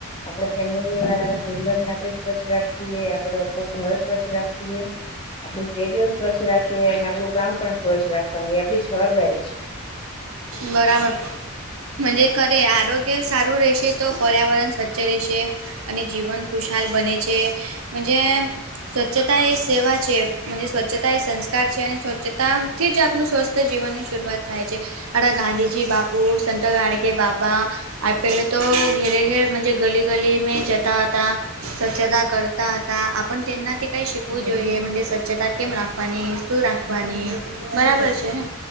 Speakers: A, on the left (about 20°); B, on the right (about 70°).
A: આપડા ફેમિલીવાળા મેમ્બરને આપણે સ્વચ્છ રાખીએ, આપડ આપડું ઘર સ્વચ્છ રાખીએ, આપડી ફેરીઓ સ્વચ્છ રાખીએ અને આપડું ગામ પણ સ્વચ્છ રાખવાની એ આપડી જવાબદારી છે.
B: બરાબર. મજે ખરે આરોગ્ય સારું રહેશે તો પર્યાવરણ સ્વચ્છ રહેશે. અને જીવન ખુશાલ બને છે મજે સ્વચ્છતા એ સેવા છે. મજે સ્વચ્છતા એ સંસ્કાર છે અને સ્વચ્છતાથી જ આપણું સ્વસ્થ જીવનની શરૂઆત થાય છે. અડા ગાંધીજી બાપુ સંત <unintelligible> બાબા આ પહેલે તો ઘેરે ઘેર મજે ગલી ગલી મે જતા હતાં. સ્વચ્છતા કરતા હતા. આપ પણ તેમનાથી કઈ શિકવું જોઈએ મજે સ્વચ્છતા કેમ રાખવાની શું રાખવાની બરાબર છે. ને